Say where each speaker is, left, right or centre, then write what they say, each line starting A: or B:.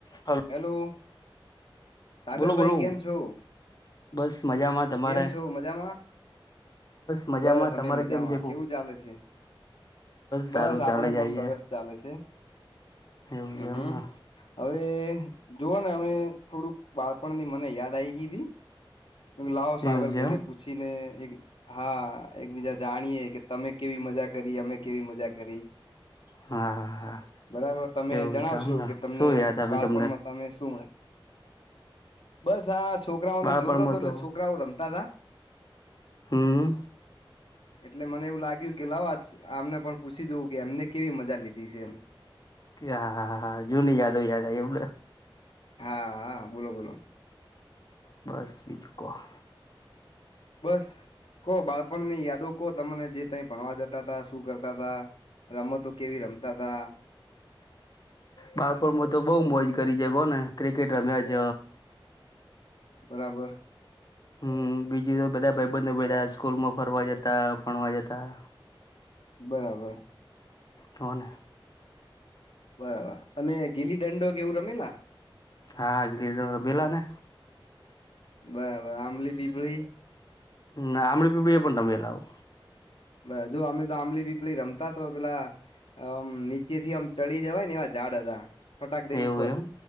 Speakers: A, on the left; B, on the left.
A: Hello
B: hello. સાગરભાઈ
A: બોલો બોલો
B: કેમ છો
A: બસ મજામાં તમારે
B: કેમ છો મજામાં.
A: મજામાં
B: બસ અમે
A: તમારે
B: મજામાં
A: કેમ છે કો
B: કેવું ચાલે છે.
A: સારું
B: બસ આપડે
A: ચાલે જાય
B: પણ સરસ ચાલે છે.
A: છે એવું
B: હમ
A: છે
B: હમ્મ
A: એમને
B: હવે જુઓ ને અમે થોડુંક બાળપણ ની મને યાદ આવી ગીવી લાવો સાગર
A: એવું છે
B: ભાઈને
A: એમ
B: પૂછીને એક હા એકબીજા જાણીએે કે તમે કેવી મજા કરી અમે કેવી મજા કરી
A: હા હા હા
B: બરાબર તમે
A: એવું
B: જણાવશો
A: છે અમને
B: કે તમને
A: શું યાદ આવી
B: બાળ
A: તમને
B: પણ તમે શું બસ આ છોકરાઓને
A: બાળપણમાં
B: જોતો હતો એટલે
A: તો
B: છોકરાઓ રમતા હતા.
A: હમ
B: એટલે મને એવું લાગ કેવું કેે લાવો આજ આમને પણ પૂછી જવું કે એમને કેવી મજા લીધી છે એમ
A: હા હા હા જૂની યાદો યાદ આવી <unintelligible>
B: હા હા બોલો બોલો
A: બસ બીજું કોહો.
B: બસ કો બાળપણ ની યાદો કો તમને જે ત ભણવા જતા તા શું કરતા તા રમતો કેવી રમતા હતા.
A: બાળપોણમાં તો બઉ મોજ કરી છે કો ને ક્રિકેટ રમ્યા જ
B: બરાબર.
A: હમ્મ બીજું બધા ભાઈબંધ બધા સ્કૂલમાં ફરવા જતા ભણવા જતા.
B: બરાબર.
A: હન
B: બરાબર તમે ગીલી દંડો કે એવું રમેલા
A: હા ગ બેેલા ને
B: બરાબર આંબલી પીપળી
A: ના આમડીી પીડી એ પણ તમેલાાવો
B: બ જોુ અમે તો આંબલી પીપલી રમતા તો પેલામ નીચે થી આમ ચડી જવાય ને અવાજ ઝાડ હતા ફટાક દે
A: એવું
B: ઉપર
A: એમ